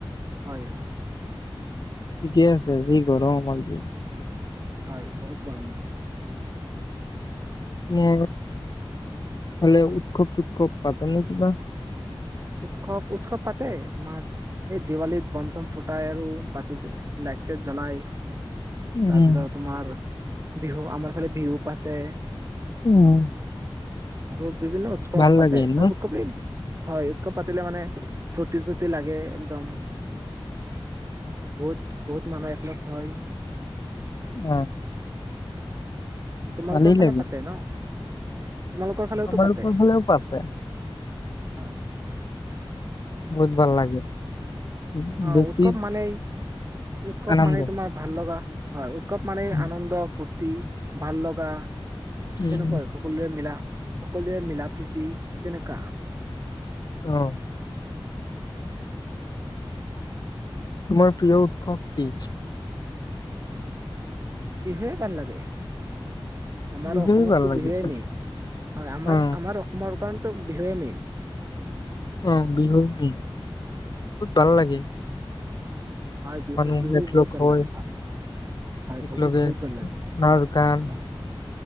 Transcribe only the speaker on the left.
ঠিকে আছে, যি গৰম হৈছে।
মোৰ হ'লেও উৎসৱ চুৎসৱ পাতে নে কিবা?
উম
উম।
ভাল
লাগে
ন
উম।
ভালেই
লাগে
আমালোকৰ
ফালেও পাতে।
বহুত ভাল লাগে। উম,
বেছি
আনন্দ
উম
উম,
অ'। তোমাৰ প্ৰিয় উৎসৱ কি?
বিহুৱে
ভাল লাগে
অ
অ' বিহু মেইন, বহুত ভাল
লাগে।
মানুহ
একলগক
হয়
একেলগে
নাচ গান